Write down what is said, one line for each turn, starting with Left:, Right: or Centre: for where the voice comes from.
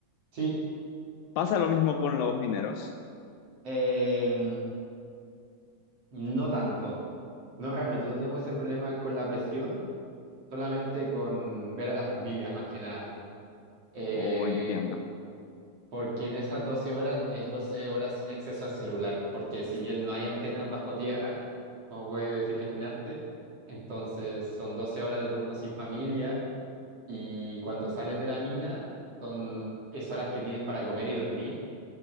Right: Sí.
Left: ¿Pasa lo mismo con los mineros?
Right: Em, no tanto. No, realmente no tenemos ese problema con la presión, solamente con ver a la familia, más que nada. Eh,
Left: o entiendo.
Right: porque en esas 12 horas es 12 horas sin acceso a celular, porque si bien no hay antenas bajo tierra, como puedes imaginarte, entonces son 12 horas de turno sin familia y cuando sales de la mina son es horas que tienes para comer y dormir